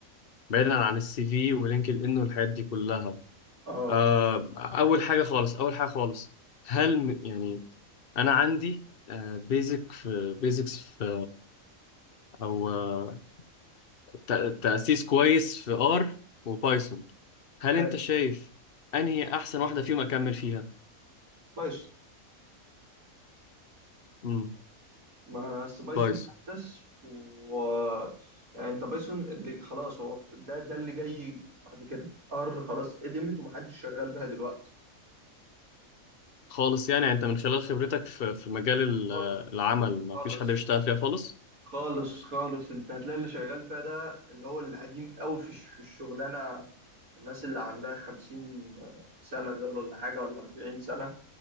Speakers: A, on the left; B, on the right.
A: بعيدا عن السي في ولينكد ان والحاجات دي كلها
B: اه
A: آه، اول حاجه خالص اول حاجه خالص هل م- يعني انا عندي بيزك في بيزكس في او آه، ت- تاسيس كويس في ار وبايثون هل
B: حلو.
A: انت شايف انهي احسن واحده فيهم اكمل فيها
B: بايثون
A: امم
B: ما أصل بايثون
A: بايثون
B: احدث و يعني انت بايثون اللي خلاص هو ده ده اللي جاي بعد كده ار خلاص قدمت ومحدش شغال بها دلوقتي
A: خالص يعني يعني انت من خلال خبرتك في في مجال ال-
B: خالص
A: العمل ما
B: خالص
A: فيش حد بيشتغل فيها خالص
B: خالص خالص انت هتلاقي اللي شغال فيها ده اللي هو القديم قوي في الش- في الشغلانه الناس اللي عندها خمسين سنه دول ولا حاجه ولا أربعين سنه